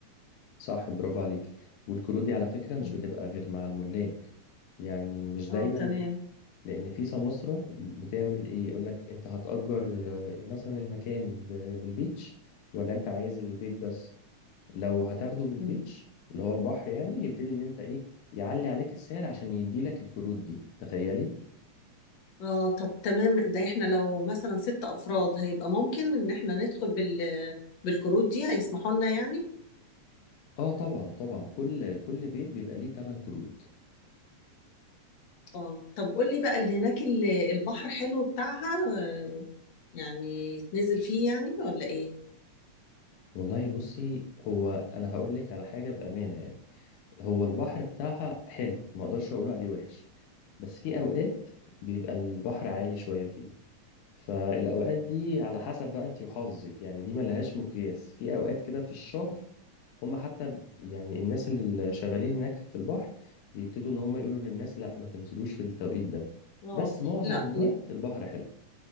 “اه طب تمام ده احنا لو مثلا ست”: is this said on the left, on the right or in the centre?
Left